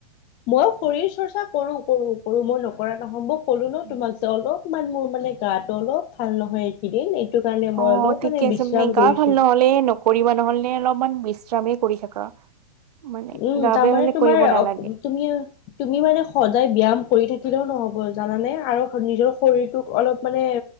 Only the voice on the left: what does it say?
মই শৰীৰ চৰ্চা কৰো কৰো। সৰু মই নকৰা নহম্ব কলো ন
তোমাক যে অলপমান মোৰ <unintelligible> মানে গাটো অলপ ভাল নহয় এইকেইদিন কাৰণে মই
অলপ
বিশ্ৰাম
কৰিছো
উম
তাৰমানে
তোমাৰ
তুমি, তুমি মানে সদায় ব্যায়াম। কৰি থাকিলেও নহ'ব জানানে আৰু নিজৰ শৰীৰটোক অলপ মানে